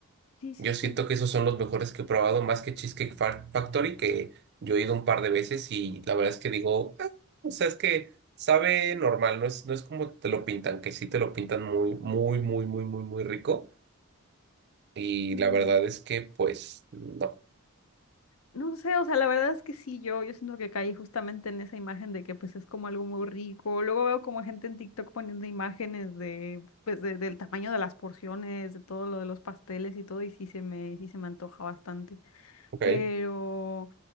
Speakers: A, on the left; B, on the right.
A: sí, sí,
B: Yo
A: sí.
B: siento que esos son los mejores que he probado, más que Cheesecake Fa- Factory, que yo he ido un par de veces y la verdad es que digo, "Ah, o sea, es que sabe normal, no es, no es como te lo pintan, que sí te lo pintan muy, muy, muy, muy, muy, muy rico. Y
A: sí.
B: la verdad es que, pues, no.
A: No sé, o sea, la verdad es que sí, yo, yo siento que caí justamente en esa imagen de que pues es como algo muy rico. Luego veo como gente en TikTok poniendo imágenes de, pues, de- del tamaño de las porciones, de todo lo de los pasteles y todo, y sí se me, sí se me antoja bastante
B: Ok.
A: pero,